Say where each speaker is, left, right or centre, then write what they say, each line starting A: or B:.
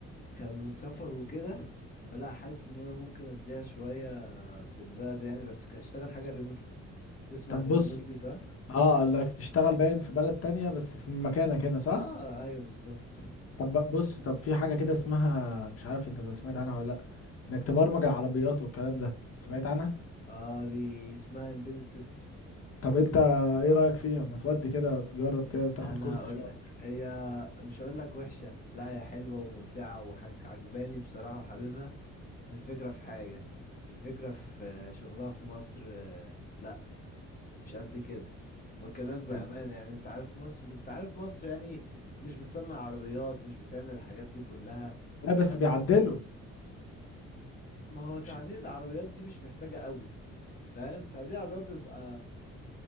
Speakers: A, on the left (about 30°); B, on the left (about 50°).
A: كان سفر وكده فلا حاسس ان انا ممكن اديها شوية في البلد يعني بس كاشتغل حاجة ريموتلي تسمع
B: طب
A: عن
B: بص
A: الريموتلي صح
B: اه قال لك تشتغل باين في بلد تانية بس في مكانك هنا صح
A: اه ايوه بالظبط
B: طب بق- بص طب في حاجة كده اسمها مش عارف انت سمعت عنها ولا لأ انك تبرمج العربيات والكلام ده سمعت عنها
A: اه دي اسمها embedded system
B: طب انت ايه رأيك فيها ما تودي كده وتجرب كده وتاخد
A: انا
B: كورس
A: هقول
B: فيها
A: لك
B: ولا
A: هي مش هقول لك وحشة لا هي حلوة وممتعة وحاجة عجباني بصراحة وحاببها الفكرة في حاجة الفكرة في آه، شغلها في مصر آه، لا مش قد كده بكلمك بأمانة
B: حاجة؟
A: يعني انت عارف مصر انت عارف مصر يعني مش بتصنع عربيات مش بتعمل الحاجات دي كلها
B: لا بس
A: فانت
B: بيعدلوا
A: ما هو تعديل
B: مش
A: العربيات دي مش محتاجة قوي فاهم تعديل العربيات بيبقى